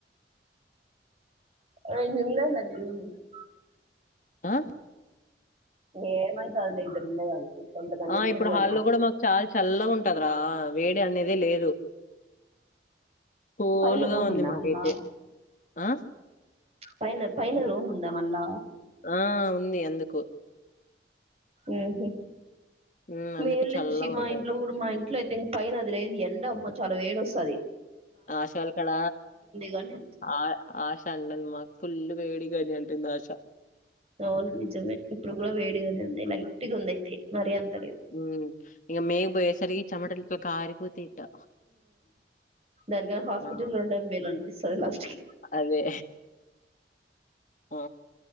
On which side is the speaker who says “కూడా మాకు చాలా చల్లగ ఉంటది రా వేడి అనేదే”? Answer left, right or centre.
Left